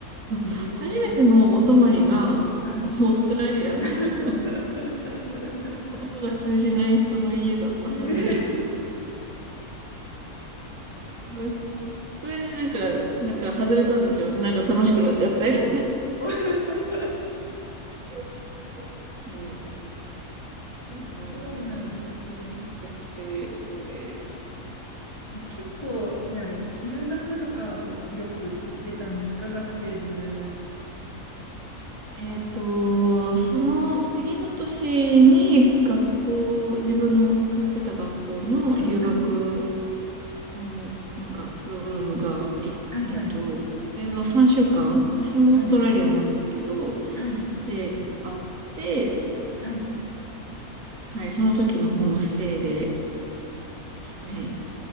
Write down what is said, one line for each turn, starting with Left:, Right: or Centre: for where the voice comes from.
Right: <laughs>
Left: ええ、
Right: 初めてのお泊まりが、オーストラリアの
Left: はい。<laughs>
Right: <laughs> 言葉が通じない人の家だったので、
Left: ええ
Right: ねそれでなんか、なんか外れたんでしょうね。なんか楽しくなっちゃって。
Left: お <laughs>
Right: <laughs> もう、そんな感じ。
Left: そうなんですね。
Right: 学生時代です。
Left: 結構、じゃあ、留学とかをよく行ってたんですか学生時代は。
Right: えっと、その次の年に学校、自分の通ってた学校の留学
Left: はい、
Right: のなんかプログラムが、いえっと、
Left: はいはい。
Right: これは3週間、それもオーストラリアなんですけど、
Left: はい、はい、
Right: で、あって、
Left: はい。
Right: はい、その時もホームステイで、はい、